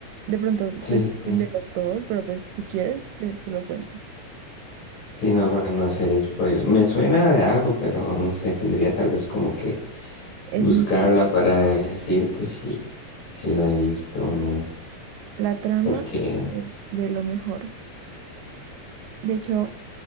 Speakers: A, on the right; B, on the left.
A: de pronto
B: sí.
A: te spoileo
B: sí.
A: todo, pero pues si quieres te, te lo cuento.
B: Sí, no, para no hacer spoiler. Me suena de algo, pero no sé, tendría tal vez como que
A: Es
B: buscarla
A: muy,
B: para decirte si, si la he visto o no.
A: la trama
B: Porque,
A: es de lo mejor. De hecho,